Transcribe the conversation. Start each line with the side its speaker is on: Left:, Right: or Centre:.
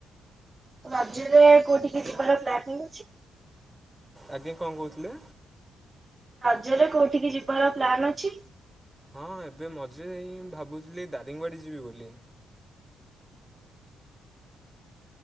Right: ମଝିରେ କୋଉଠି କି ଯିବାର ପ୍ଲାନିଙ୍ଗ ଅଛି?
Centre: ଆଜ୍ଞା କଣ କହୁଥିଲେ?
Right: ରଜରେ କୋଉଠିକି ଯିବାର ପ୍ଲାନ୍ ଅଛି?
Centre: ହଁ ଏବେ ମଝିରେ ହିଁ ଭାବୁଥିଲି ଦାରିଙ୍ଗବାଡ଼ି ଯିବି ବୋଲି।